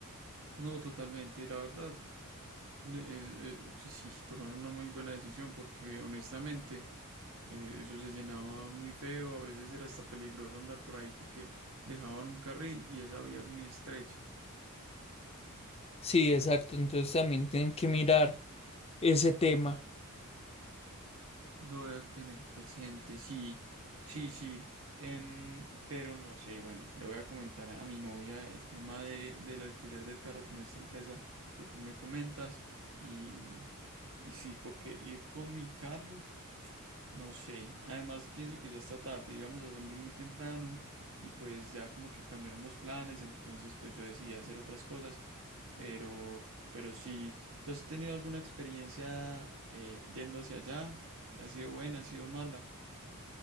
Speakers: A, on the right; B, on the left.
A: No, totalmente, la verdad, me- es- eh, sí, sí, tomaron una muy buena decisión porque honestamente... Eh, eso se llenaba muy feo, a veces era hasta peligroso andar por ahí porque dejaban un carril y esa vía es muy estrecha.
B: Sí, exacto. Entonces también tienen que mirar ese tema.
A: Lo voy a tener presente, sí, sí, sí. Em, pero no sé, bueno, le voy a comentar a mi novia el tema de, del alquiler del carro con esta empresa que tú me comentas y, y sí, porque ir con mi carro. No sé, además pienso que ya está tarde, íbamos a salir muy temprano y pues ya como que cambiaron los planes, entonces pues yo decidí hacer otras cosas, pero, pero sí, ¿tú has tenido alguna experiencia eh, yendo hacia allá? ¿Ha sido buena, ha sido mala?